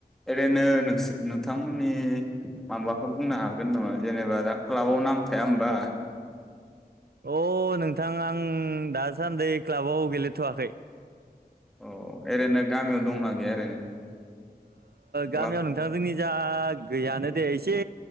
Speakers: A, in the centre; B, on the right.
A: ओरैनो नोंसोर नोंथांमोननि माबाखौ बुंनो हागोन नामा जेनेबा दा क्लाबाव नाम थाया होमबा?
B: अ नोंथां आं दासान्दि क्लाबाव गेलेथ'वाखै।
A: ओरैनो गामियाव दंना गैया ओरैनो क्लाब
B: गामियाव नोंथांजों जोंनि जा गैयानो दे एसे